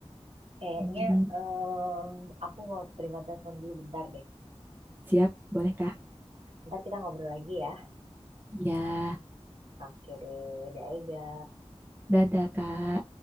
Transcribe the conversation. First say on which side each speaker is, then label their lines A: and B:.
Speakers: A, on the right; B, on the right.
A: Kayaknya
B: Hmm,
A: em, aku mau terima telepon dulu bentar deh.
B: Siap, boleh Kak.
A: Ntar kita ngobrol lagi ya.
B: Ya,
A: Oke deh, dadah Ega.
B: dadah Kak.